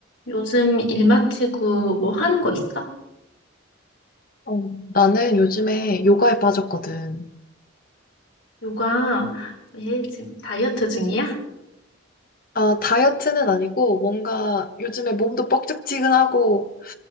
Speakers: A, on the left; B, on the left.
A: 요즘 일 마치고 뭐 하는 거 있어?
B: 어, 나는 요즘에 요가에 빠졌거든.
A: 요가 왜 지금 다이어트 중이야?
B: 아, 다이어트는 아니고 뭔가 요즘에 몸도 뻑적지근하고